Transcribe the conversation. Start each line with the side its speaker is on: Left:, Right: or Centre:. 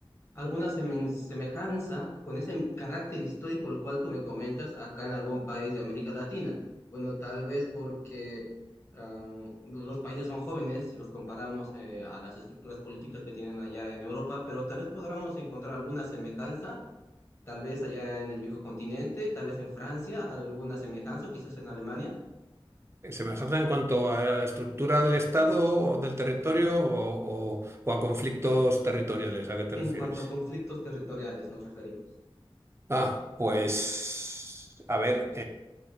Left: alguna semen- semejanza con ese carácter histórico al cual tú me comentas acá en algún país de América Latina. Bueno, tal vez porque ah, los países son jóvenes si los comparamos eh, a las estructuras políticas que tienen allá en Europa, pero tal vez podamos encontrar alguna semejanza, tal vez allá en el viejo continente, tal vez en Francia, alguna semejanza, o quizás en Alemania,
Right: Eh, Semejanza en cuanto a la estructura del Estado o del territorio o, o- o a conflictos territoriales, ¿a qué te
Left: en
Right: refieres?
Left: cuanto a conflictos territoriales nos referimos.
Right: Ah, pues, a ver,